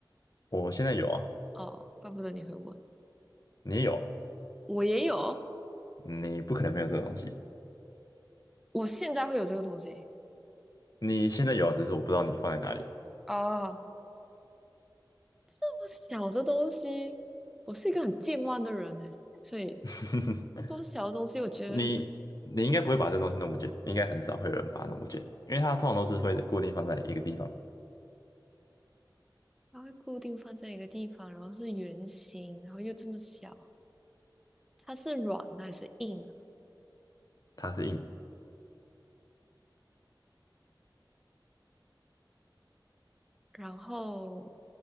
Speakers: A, on the left; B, in the centre.
A: 我现在有啊，
B: 哦，怪不得你会问，
A: 你也有啊
B: 我也有，
A: 你不可能没有这个东西，
B: 我现在会有这个东西。
A: 你现在有啊只是我不知道你放在哪里。
B: 哦，这么小的东西，我是一个很健忘的人呢，所以
A: <laughs>
B: 这么小的东西，我觉得
A: 你你应该不会把这东西弄不见，应该很少会有人把它弄不见，因为它通常都是会固定放在一个地方，
B: 它会固定放在一个地方，然后是圆形，然后又这么小，它是软的还是硬的？
A: 它是硬的。
B: 然后